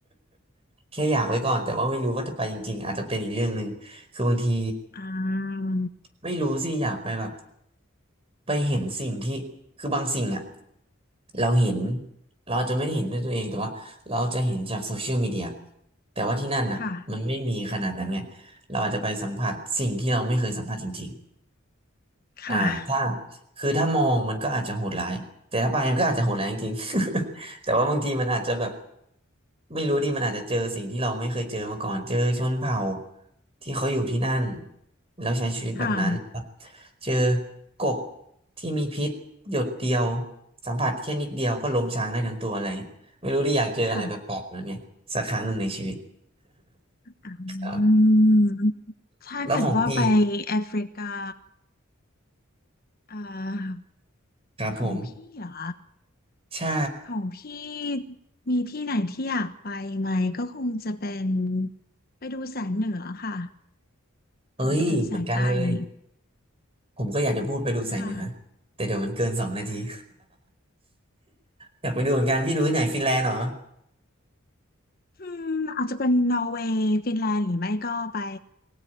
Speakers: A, on the right; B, on the left.
A: แค่อยากไว้ก่อนแต่ว่าไม่รู้ว่าจะไปจริงๆอาจจะเป็นอีกเรื่องหนึ่งคือบางที
B: อ่า
A: ไม่รู้สิอยากไปแบบไปเห็นสิ่งที่คือบางสิ่งอะเราเห็นเราอาจจะไม่ได้เห็นด้วยตัวเองแต่ว่าเราจะเห็นจากโซเชียลมีเดียแต่ว่าที่นั่นอะมันไม่มีขนาดนั้นไง
B: ค่ะ
A: เราอาจจะไปสัมผัสสิ่งที่เราไม่เคยสัมผัสจริงๆ
B: ค่ะ
A: อ่าถ้าคือถ้ามองมันก็อาจจะโหดร้ายแต่ถ้าไปมันก็อาจจะโหดร้ายจริงๆ <laughs> แต่ว่าบางทีมันอาจจะแบบไม่รู้ดิมันอาจจะเจอสิ่งที่เราไม่เคยเจอมาก่อนเจอชนเผ่าที่เขาอยู่ที่นั่นแล้วใช้ชีวิตแบบนั้น
B: ค่ะ
A: เจอกบที่มีพิษหยดเดียวสัมผัสแค่นิดเดียวก็ล้มช้างได้ทั้งตัวอะไรอย่างเงี้ยไม่รู้ดิอยากเจออะไรแปลกๆแบบนี้สักครั้งหนึ่งในชีวิต
B: ค่ะ อื
A: <laughs> ครับ
B: มถ้าเกิดว่าไปแอฟริกา
A: แล้วของพี่
B: เอ่อ
A: ครับผม
B: ของพี่เหรอ
A: ใช่
B: ของพี่มีที่ไหนที่อยากไปไหมก็คงจะเป็นไปดูแสงเหนือค่ะ
A: เอ้ยเหมือนกันเลย
B: หรือจะเป็นแสงใต้ดี
A: ผมก็อยากจะพูดไปดูแสงเหนือ
B: ค่ะ
A: แต่เดี๋ยวมันเกินสองนาที
B: ค่ะ
A: <laughs> อยากไปดูเหมือนกันพี่ดูที่ไหนฟินแลนด์เหรอ
B: อืมอาจจะเป็นนอร์เวย์ฟินแลนด์หรือไม่ก็ไป